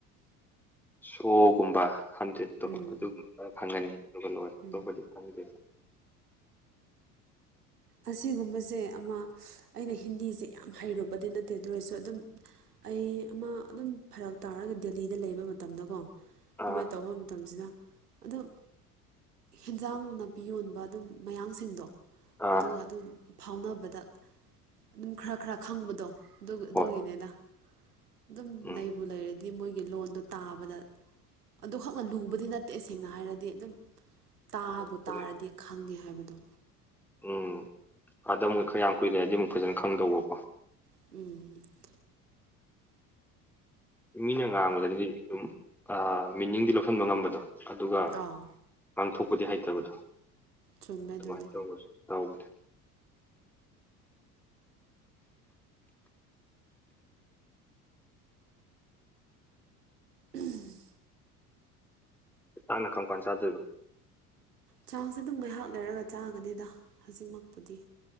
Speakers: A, in the centre; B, on the right (about 80°).
A: ꯁꯣꯒꯨꯝꯕ ꯍꯟꯗ꯭ꯔꯦꯗꯠꯇꯣ
B: ꯎꯝ
A: ꯑꯗꯨꯒꯨꯝꯕ ꯈꯔ ꯈꯪꯉꯅꯤ ꯑꯗꯨꯒ ꯂꯣꯏ ꯑꯇꯣꯞꯄꯗꯤ
B: ꯎꯝ
A: ꯈꯪꯗꯦ
B: ꯑꯁꯤꯒꯨꯝꯕꯁꯦ ꯑꯃ ꯑꯩꯅ ꯍꯤꯟꯗꯤꯁꯦ ꯌꯥꯝ ꯍꯩꯔꯨꯕꯗꯤ ꯅꯠꯇꯦ ꯑꯗꯨ ꯑꯣꯏꯔꯁꯨ ꯑꯗꯨꯝ ꯑꯩ ꯑꯃ ꯑꯗꯨꯝ ꯐꯔꯛ ꯇꯥꯔꯒ ꯗꯦꯜꯂꯤꯗ ꯂꯩꯕ ꯃꯇꯝꯗꯀꯣ
A: ꯑꯥ
B: ꯑꯗꯨꯃꯥꯏꯅ ꯇꯧꯕ ꯃꯇꯝꯁꯤꯗ ꯑꯗꯨꯝ ꯍꯦꯟꯖꯥꯡ ꯅꯥꯄꯤ ꯌꯣꯟꯕ ꯑꯗꯨꯝ ꯃꯌꯥꯡꯁꯤꯡꯗꯣ
A: ꯑꯥ
B: ꯑꯗꯨꯒ ꯑꯗꯨꯝ ꯐꯥꯎꯅꯕꯗ ꯑꯗꯨꯝ ꯈꯔ ꯈꯔ ꯈꯪꯕꯗꯣ ꯑꯗꯨꯒꯤꯅꯦꯗ
A: ꯍꯣꯏ
B: ꯑꯗꯨꯝ
A: ꯎꯝ
B: ꯂꯩꯕꯨ ꯂꯩꯔꯗꯤ ꯗꯤ ꯃꯣꯏꯒꯤ ꯂꯣꯟꯗꯣ ꯇꯥꯕꯗ ꯑꯗꯨꯈꯛꯅ ꯂꯨꯕꯗꯤ ꯅꯠꯇꯦ ꯃꯇꯌꯦꯛ ꯁꯦꯡꯅ ꯍꯥꯏꯔꯗꯤ ꯑꯗꯨꯝ ꯇꯥꯕꯨ
A: ꯍꯣꯏ
B: ꯇꯥꯔꯗꯤ ꯈꯪꯉꯦ ꯍꯥꯏꯕꯗꯣ
A: ꯎꯝ ꯑꯥꯗ ꯃꯨꯣꯏ ꯈꯔ ꯌꯥꯝ ꯀꯨꯏꯔꯦꯔꯗꯤ ꯑꯃꯨꯛ ꯐꯖꯅ ꯈꯪꯗꯧꯕꯀꯣ
B: ꯎꯝ
A: ꯃꯤꯅ ꯉꯥꯡꯕꯗꯗꯤ ꯑꯗꯨꯝ ꯃꯤꯅꯤꯡꯗꯤ ꯂꯧꯁꯤꯟꯕ ꯉꯝꯕꯗꯣ ꯑꯗꯨꯒ
B: ꯑꯥꯎ
A: ꯄꯥꯡꯊꯣꯛꯄꯗꯤ ꯍꯩꯇꯕꯗꯣ
B: ꯆꯨꯝꯃꯦ
A: ꯑꯗꯨꯃꯥꯏꯅ
B: ꯑꯗꯨꯅꯦ
A: ꯇꯧꯔꯁꯨ ꯇꯧꯕꯗꯤ
B: ꯎꯝ
A: ꯆꯥꯛꯅ ꯀꯔꯝ ꯀꯥꯟ ꯆꯥꯗꯣꯏꯕ
B: ꯆꯥꯛꯁꯦ ꯑꯗꯨꯝ ꯉꯥꯏꯍꯥꯛ ꯂꯩꯔꯒ ꯆꯥꯒꯅꯤꯗ ꯍꯧꯖꯤꯛꯃꯛꯄꯨꯗꯤ